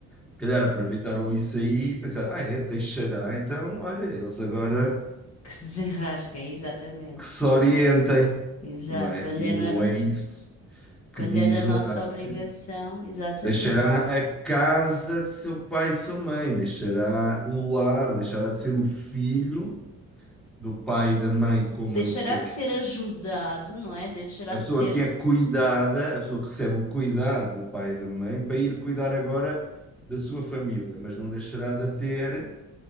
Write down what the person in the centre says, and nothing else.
Se calhar aproveitaram isso aí e pensaram, ah é, deixará, então olha, eles agora
que se orientem,
não é?
E
não
é isso que
diz
lá
que
deixará a casa de seu pai e sua mãe, deixará o lar, deixará de ser o filho do pai e da mãe, como
em que
que-
a
pessoa
que é cuidada, a pessoa que recebe o cuidado do pai e da mãe, para ir cuidar agora da sua família, mas não deixará de ter